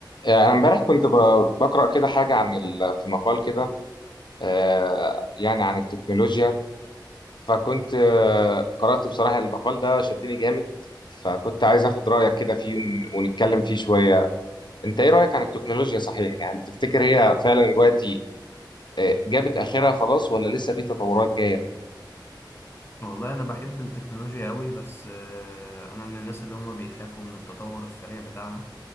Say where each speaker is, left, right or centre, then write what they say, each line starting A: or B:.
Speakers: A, on the left; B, on the left.
A: آه، انا امبارح كنت ب- بقرا كده حاجه عن ال... في مقال كده آه، يعني عن التكنولوجيا فكنت آه، قرات بصراحه المقال ده شدني جامد فكنت عايز اخد رايك كده فيه ون... ونتكلم فيه شويه انت ايه رايك عن التكنولوجيا صحيح يعني تفتكر هي فعلا دلوقتي آه، جابت اخرها خلاص ولا لسه في تطورات جايه
B: والله انا بحب التكنولوجيا قوي بس آه، انا من الناس اللي هما بيخافوا من التطور السريع بتاعها